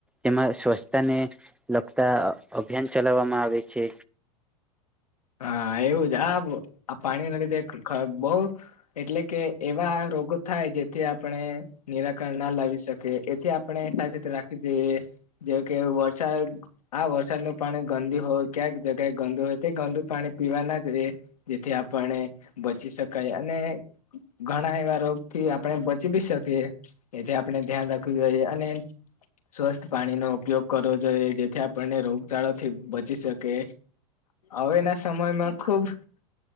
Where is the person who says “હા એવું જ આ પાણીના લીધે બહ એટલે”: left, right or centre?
Left